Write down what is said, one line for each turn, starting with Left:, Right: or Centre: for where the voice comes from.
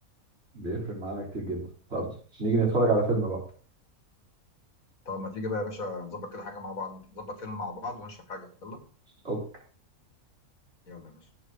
Right: بيفرق معانا كتير جدا طب نيجي نتفرج على فيلم بقى
Left: طب ما تيجي بقى يا باشا نظبط كده حاجه مع بعض نظبط فيلم مع بعض ونشرب حاجه يلا
Right: أوكي
Left: يلا يا باشا